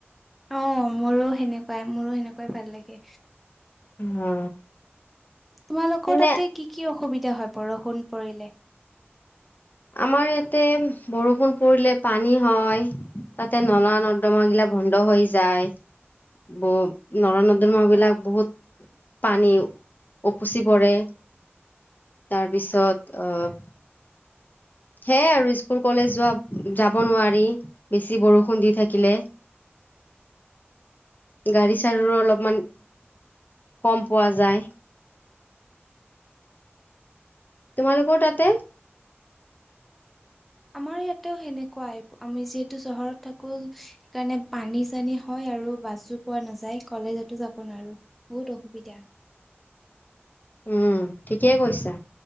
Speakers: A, in the centre; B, on the left.
A: অঁ মোৰো সেনেকুৱাই মোৰো সেনেকুৱাই ভাল লাগে।
B: অ
A: তোমালোকৰ
B: এনে
A: তাতে কি কি অসুবিধা হয় বৰষুণ পৰিলে
B: আমাৰ ইয়াতে বৰষুণ পৰিলে পানী হয় তাতে নলা নৰ্দমা গিলা বন্ধ হৈ যায় ব নলা নৰ্দমা বিলাক বহুত পানী উপচি পৰে তাৰপিছত আহ সেয়াই আৰু স্কুল কলেজ যোৱা যাব নোৱাৰি বেছি বৰষুণ দি থাকিলে গাড়ী চাৰ়ুৰো অলপমান কম পোৱা যায় তোমালোকৰ তাতে
A: আমাৰ ইয়াতেও সেনেকুৱাই আমি যিহেতু চহৰত থাকো সেইকাৰণে পানী চানী হয় আৰু বাছো পোৱা নেযায় কলেজতো যাব নোৱাৰো বহুত অসুবিধা
B: উম ঠিকেই কৈছা